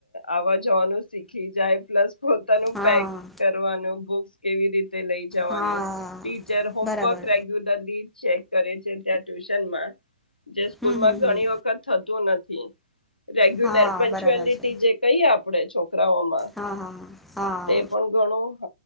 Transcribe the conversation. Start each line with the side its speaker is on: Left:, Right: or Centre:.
Left: આવાજ જવાનું શીખી જાય પ્લસ પોતાનું
Centre: હા
Left: પેક કરવાનું બુક કેવી રીતે લઈ જવાની,
Centre: હા
Left: ટીચર હોમવર્ક
Centre: બરાબર
Left: રેગ્યુલરલી ચેક કરે છે ત્યાં ટ્યુશન માં. જે સ્કૂલમાં
Centre: હમ હમ
Left: ઘણી
Centre: હમ
Left: વખત થતું નથી. <inaudible> રેગ્યુલર
Centre: હા
Left: પંચુઅલિટી
Centre: બરાબર છે
Left: જે કહીએ આપડે છો રવમાં
Centre: હા હા હા
Left: તે પણ ઘણું હ.